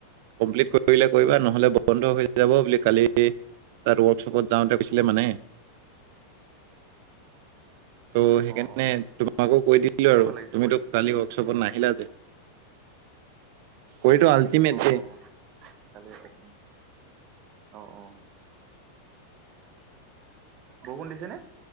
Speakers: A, on the right; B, on the right.
A: কমপ্লিট কৰিলে কৰিবা নহলে বন্ধ হৈ যাব বুলি কালি তাত ৱৰ্কশ্বপত যাওঁতে কৈছিলে মানে। ত' সেইকাৰণে
B: অ'।
A: তোমাকো কৈ দিলো
B: কেনেকুৱা
A: আৰু
B: লাগিছে
A: তুমি
B: কৰি?
A: তোমাক চালি কও ওৱৰ্কছপত নাহিলা যে, কৰিতো আল্টিমেটলি।
B: অ', অ', কালি এক অ অ। বৰষুণ দিছে নে?